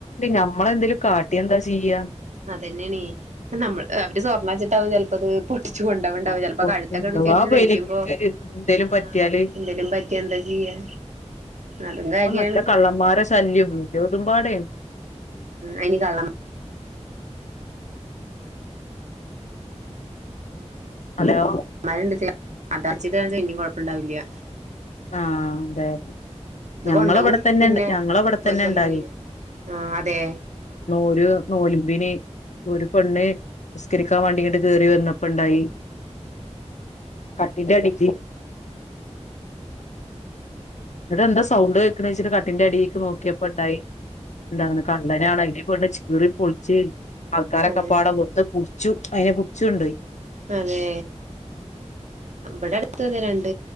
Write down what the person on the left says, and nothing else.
നമ്മളെന്തും കാ <unintelligible> ചെയ്യാ
അപ്പൊ
അഥവാ
ഇബലിക്ക്
എന്തേലും
പറ്റിയാല്
ഇപ്പൊ നല്ല കള്ളന്മാരെ ശല്യം എല്ലോടുംപാടെയാണ്
ഹലോ
ആഹ അതെതെ
ഞങ്ങളവിടെ
തന്നെ
ഞങ്ങളവിടെ തന്നെ
ഇണ്ടവ്യെ
ഒരു <unintelligible> ഒരു പെണ്ണ് നിസ്കരിക്കാൻ വേണ്ടി ഇങ്ങട്ട് കറി വന്നപ്പോ ഇണ്ടായി കട്ടിന്റ അടി ഇവിടെന്താ സൗണ്ട് കേക്കണ വച്ചട്ട് കട്ടിന്റെ അടിക്ക് നോക്കിയപ്പ ട്ടായി എന്താണ് കള്ളനാണ് അയ്നീ പെണ്ണ് ചീറി പൊളിച്ച് ആൾക്കാരൊക്കപ്പാടം
വന്ന് പിടിച്ചു അയിനെ പിടിച്ചുണ്ടോയി